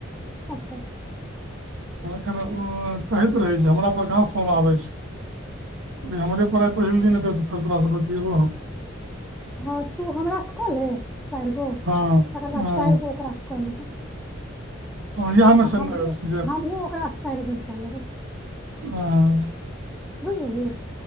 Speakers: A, in the centre; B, on the right.
A: अच्छा
B: खन कहैत रहय छै हमरापर कहाँ फोन आबै छौ अरे हमरे पढ़ाइ पहिल दिन हेतै तऽ तोरासँ बतियेबो हम
A: हँ तू हमरा से कऽ ले चारि गो
B: हँ
A: तकर बाद
B: हँ
A: चारि गो ओकारा सँ कऽ ली हैं
B: हँ इएह मे
A: आ
B: सन
A: हमहूँ
B: सीधे
A: हमहूँ ओकरासँ चारि बेर कए लेबै
B: हँ
A: बुझि गेलहि